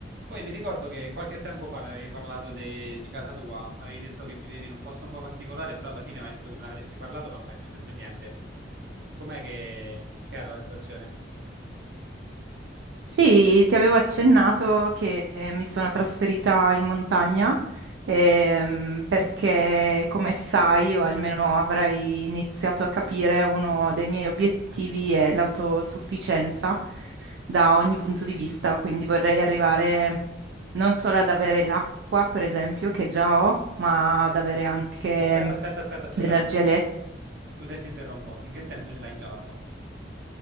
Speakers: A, on the right; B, on the right.
A: Poi mi ricordo che qualche tempo fa mi avevi parlato de- di casa tua, mi avevi detto che vivevi in un posto un po' particolare, però alla fine mi hai detto che me l'avresti parlato, ma non mi hai più detto niente. Com'è che, che era la situazione?
B: Sì, ti avevo accennato che eh, mi sono trasferita in montagna ehm, perché, come sai, o almeno avrai iniziato a capire, uno dei miei obiettivi è l'autosufficienza da ogni punto di vista, quindi vorrei arrivare non solo ad avere l'acqua, per esempio, che già ho, ma ad avere anche
A: Aspetta, aspetta, aspetta, aspetta
B: l'energia
A: un attimo.
B: elettrica
A: Scusa, se ti interrompo. In che senso ce l'hai già l'acqua?